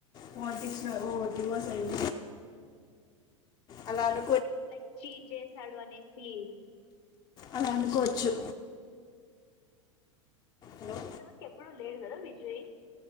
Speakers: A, on the left (about 25°); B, on the left (about 55°).
A: పాలిటిక్స్లో రో డ్యుఅసై <inaudible> అలాలు
B: లైక్ చీజేసాడు అనేసి
A: అలా అనుకోవచ్చు హలో
B: ఇంతవరకు ఎప్పుడు లేడు కదా విజయ్